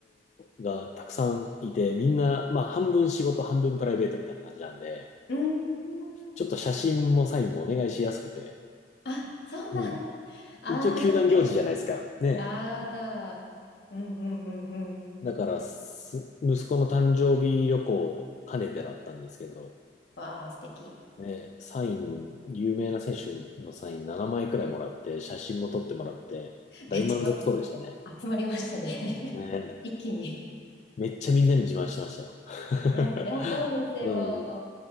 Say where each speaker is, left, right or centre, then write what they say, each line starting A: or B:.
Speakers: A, on the left; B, on the left.
A: ろがたくさんいて、みんな、まあ、半分仕事、半分プライベートみたいな感じなんで、
B: うーん。
A: ちょっと写真もサインもお願いしやすくて、
B: あ、そうなんだ。
A: うん。
B: ああ、
A: 一応、球団行事じゃないですか。
B: 確かに。
A: ね。
B: ああ。うんうんうんうん。
A: だからす、息子の誕生日旅行を兼ねてだったんですけど、
B: わあ、素敵。
A: ね、サイン、有名な選手のサイン7枚くらいもらって、写真も撮ってもらって、大満足そうでしたね。
B: めっちゃ集まりましたね。
A: ね、
B: <laughs> 一気に。
A: めっちゃみんなに自慢してましたよ。<laughs>
B: いや、そりゃそうですよ。
A: うん。